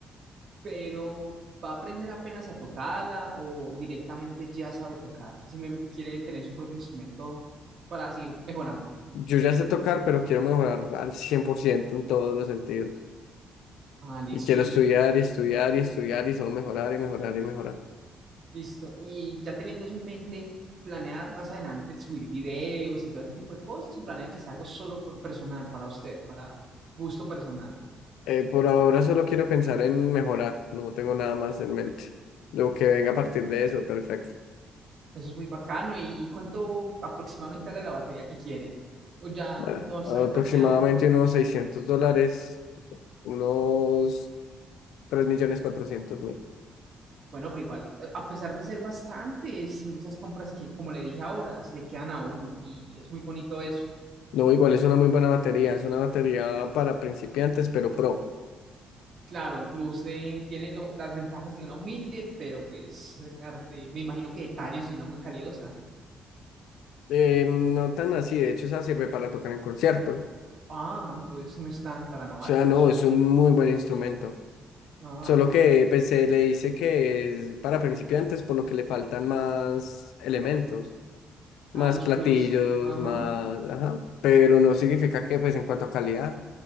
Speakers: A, on the right; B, on the left.
A: pero va a aprender apenas a tocarla o directamente ya sabe tocar. Simplemente quiere tener su propio instrumento para seguir mejorando.
B: Yo ya sé tocar, pero quiero mejorar al 100% en todos los sentidos.
A: Ah, listo.
B: Y quiero
A: ¿Y
B: estudiar y estudiar y estudiar y solo mejorar y mejorar y mejorar.
A: Listo. Y ya teniendo eso en mente, ¿planea más adelante subir videos y todo ese tipo de cosas o planea que sea algo solo por personal, para usted, para gusto personal?
B: Eh, por ahora solo quiero pensar en mejorar, no tengo nada más en mente. Lo que venga a partir de eso, perfecto.
A: Eso es muy bacano. ¿Y cuánto aproximadamente vale la batería que quiere? O ya
B: Bueno,
A: no
B: aproximadamente
A: sabe cualquiera aún.
B: unos 600 dólares, unos tres millones cuatrocientos mil.
A: Bueno, pero igual, eh, a pesar de ser bastantes, son de esas compras que, como le dije ahora, se le quedan a uno y es muy bonito eso.
B: No, igual es una muy buena batería, es una batería para principiantes, pero pro.
A: Claro, el plus de, tiene lo- las ventajas de una humilde, pero pues arte- me imagino que detalles de una muy calidosa.
B: Eh, no tan así, de hecho, esa sirve para tocar en conciertos. O
A: Ah, entonces no están para novatos.
B: sea, no, es un muy buen instrumento.
A: Ah,
B: Solo
A: ya.
B: que pues, se le dice que es para principiantes, por lo que le faltan más elementos. más
A: Ah, los
B: platillos,
A: plus. Ajá.
B: más, ajá, pero no significa que pues en cuanto a calidad